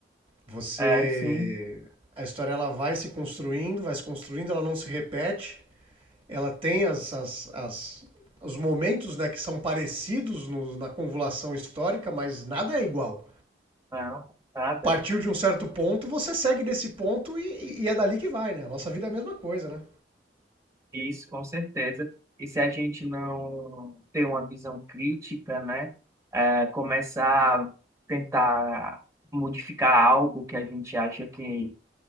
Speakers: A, on the right; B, on the right.
A: Você.
B: É, sim,
A: A história ela vai se construindo, vai se construindo, ela não se repete. ela tem as, as, as- os momentos né, que são parecidos no- na convolução histórica, mas nada é igual.
B: não, nada.
A: Partiu de um certo ponto, você segue desse ponto e, e é dali que vai, né? A nossa vida é a mesma coisa, né?
B: Isso, com certeza. E se a gente não ter uma visão crítica, né? É, começar a tentar modificar algo que a gente acha que